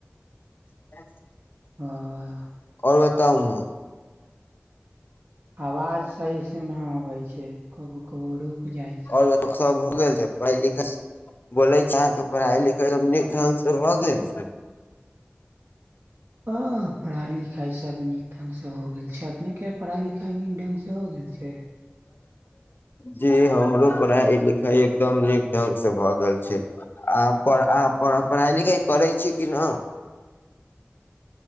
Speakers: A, on the left (about 55°); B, on the right (about 65°).
A: <unintelligible>
B: आअअ
A: आओर बताउन
B: आवाज सही से ना अबै छै कबो कबो रुक जाइ छै
A: आओर बताई ओ सब हो गेल छै पढ़ाई लिखाई बोलै छैें त पढ़ाइ लिखाई तब नीक ढंग से भऽ गेल छै
B: हँ पढ़ाई लिखाइ सब नीक ढंग से हो गेल छै, अपने के पढ़ाई लिखाई नीक ढंग से हो गेल छै?
A: जी हमरो पढ़ाइ लिखाइ एकदम नीक ढंगसे भऽ गेल छै। आ पढ़ अहाॅं पढ़ाइ लिखाइ करै छी कि न?
B: <inaudible>